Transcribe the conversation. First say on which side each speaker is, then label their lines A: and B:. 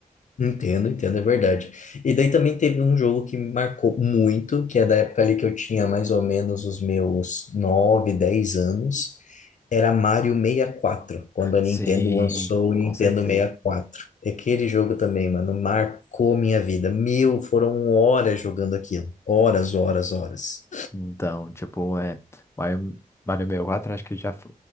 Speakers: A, on the left; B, on the left.
A: Entendo, entendo, é verdade. E daí também teve um jogo que me marcou muito, que é da época ali que eu tinha mais ou menos os meus 9, 10 anos. Era Mario 64, quando a
B: Sim,
A: Nintendo lançou o Nintendo
B: com certeza.
A: 64. E quatro. E Aquele jogo também, mano, marcou minha vida. Meu, foram horas jogando aquilo. Horas, horas, horas.
B: Então, tipo, é. Mario, Mario 64, acho que já f-